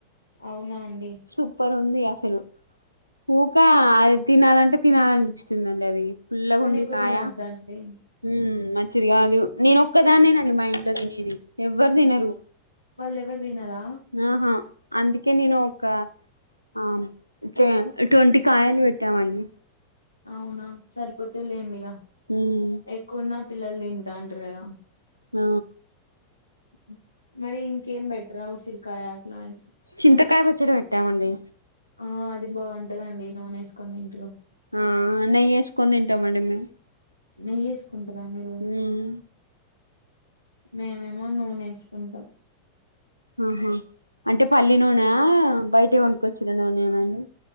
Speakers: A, on the left; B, on the right.
A: అవునా అండి
B: సూప్పర్ ఉంది అసలు ఊకా అది తినాలంటే తినాలనిపిస్తుందండి అది పుల్లగుంది
A: కానీ ఎక్కువ
B: కాయ
A: తినొద్దండి
B: హ్మ్ మంచిది కాదు నేను ఒక్కదాన్నేనండి మా ఇంట్లో తినేది ఎవ్వరు తినరు
A: వాళ్ళు ఎవ్వరు తినారా
B: ఆహా అందుకే నేను ఒక్క హా కే ట్వంటీ కాయలు పెట్టామండి
A: అవునా సరిపోతయ్ లేండి ఇగ
B: హ్మ్
A: ఎక్కువున్నా పిల్లలు తింటాంటరు కదా
B: ఆ
A: హ్ మరి ఇంకేం పెట్టారా ఉసిరికాయ అట్లాంటి
B: చింతకాయ పచ్చడ పెట్టామండి
A: ఆ అది బాగుంటదండి నూనె వేసుకొని తింట్రు
B: ఆ నెయ్యి వేసుకొని తింటామండి మేము
A: నెయ్యేసుకుంటరా మీరు
B: ఉమ్
A: మేమేమో నూనె వేసుకుంటాం
B: ఆహా అంటే పల్లీ నూనె బయట కొనుకొచ్చిన నూనేనాండి